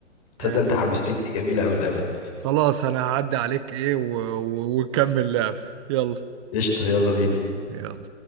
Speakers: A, on the left; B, on the right.
A: تصدق
B: آه،
A: انت حمستني دي جميلة قوي اللعبة دي
B: خلاص انا هعدي عليك ايه و... و... وكمل لعب يلا
A: قشطة يلا بينا
B: يلا